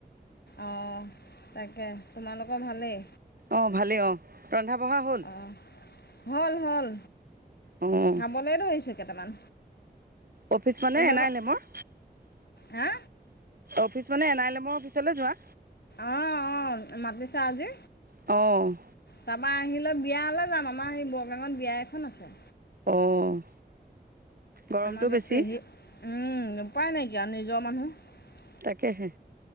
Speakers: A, on the left; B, on the right.
A: অঁ তাকে তোমালোকৰ ভালেই।
B: অঁ ভালেই, অঁ ৰন্ধা বঢ়া হ'ল।
A: অঁ হ'ল হ'ল,
B: অ'
A: খাবলৈ ধৰিছোঁ কেইটামান।
B: অফিচ মানে
A: এইবিলাকৰ
B: এন আৰ এল এমৰ।
A: হা
B: অফিচ মানে, এন আৰ এল এমৰ অফিচলৈ যোৱা।
A: অ', অ', মাতিছে আজি।
B: অ'।
A: তাৰপা আহিলৈ বিয়ালৈ যাম, আমাৰ সেই বৰগাৱত বিয়া এখন আছে।
B: অ'। গৰমটো
A: আমাৰ যে
B: বেছি।
A: পেহী উম, উপায় নাইকিয়া আৰু নিজৰ মানুহ।
B: তাকেহে।